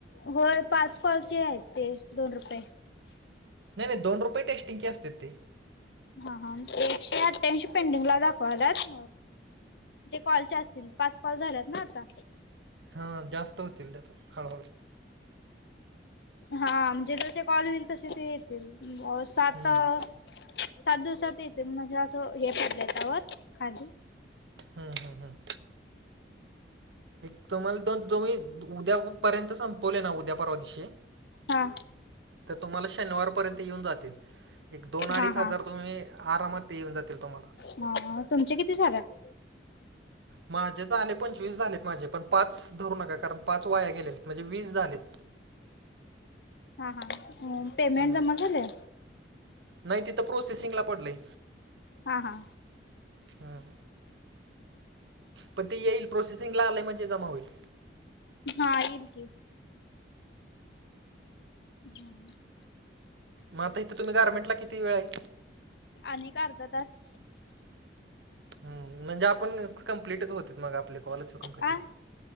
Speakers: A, on the left; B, on the right.
A: होय पाच कॉलचे आहेत ते दोन रुपये
B: नाही, नाही दोन रुपये टेस्टिंगचे असतेत ते
A: हा, हा एकशे अठ्ठ्यांशी पेंडिंगला दाखवाल्यात तेे कॉलचे असतील पाच कॉल झाल्यात ना आता
B: हां जास्त होतील त्यात हळूहळू
A: हा म्हणजे जसे कॉल होईल तसे ते येतील अ सात
B: हम्म
A: सात दिवसात येते म्हणजे असं हे पडलं त्यावर खाली
B: हम्म हम्म हम्म. एक तुम्हाला दोन तुम्ही उद्या पर्यंत संपवले ना उद्या परवा दिशी
A: हा
B: तर तुम्हाला शनिवारपर्यंत येऊन जातील एक दोन अडीच
A: हा
B: हजार
A: हा
B: तुम्ही आरामात येऊन जातील तुम्हाला.
A: म तुमचे किती झालेत?
B: माझेच आले पंचवीस झालेत माझे पण पाच धरू नका कारण पाच वाया गेलेले म्हणजे वीस झालेत.
A: हा हा उम पेमेंट
B: हम्म.
A: जमा झालंय.
B: नाही तिथं प्रोसेसिंगला पडले.
A: हा हा.
B: हम्म. पण ते येईल प्रोसेसिंगला आलंय म्हणजे जमा होईल.
A: हा येईल की. हां
B: म आता इथे तुम्ही गरमेंटला किती वेळ आहे?
A: आणि एक अर्धा तास.
B: हम्म म्हणजे आपण कंप्लीटच होतेत मग आपले कॉलेजच कंप्लीट
A: आ
B: होते.